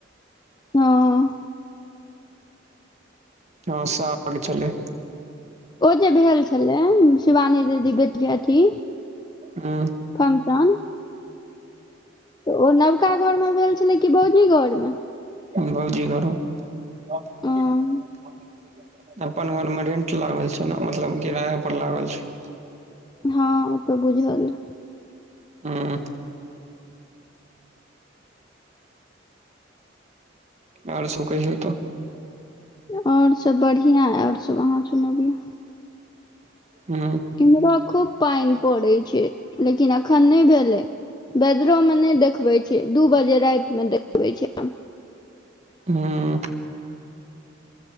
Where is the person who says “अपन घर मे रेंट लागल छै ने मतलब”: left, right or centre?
Right